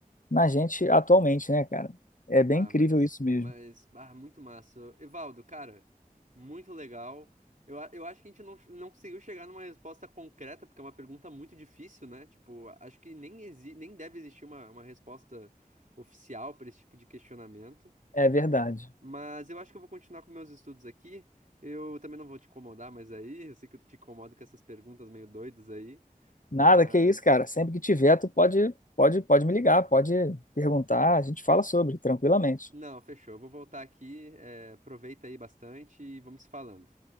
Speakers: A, on the left; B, on the right.
A: na gente atualmente, né, cara? É bem
B: Ah,
A: incrível
B: mas,
A: isso mesmo.
B: mas, ah, muito massa. Evaldo, cara, muito legal. Eu, a- eu acho que a gente não, não conseguiu chegar numa resposta concreta, porque é uma pergunta muito difícil, né? Tipo, a- acho que nem, exi nem deve existir uma, uma resposta oficial para esse tipo de questionamento.
A: É verdade.
B: Mas eu acho que eu vou continuar com meus estudos aqui. Eu também não vou te incomodar mais aí. Eu sei que eu te incomodo com essas perguntas meio doidas aí.
A: Nada
B: Mas,
A: que isso, cara. Sempre que tiver, tu pode, pode, pode me ligar, pode perguntar, a gente fala sobre, tranquilamente.
B: não, fechou. Eu vou voltar aqui. eh, aproveita aí bastante e vamos se falando.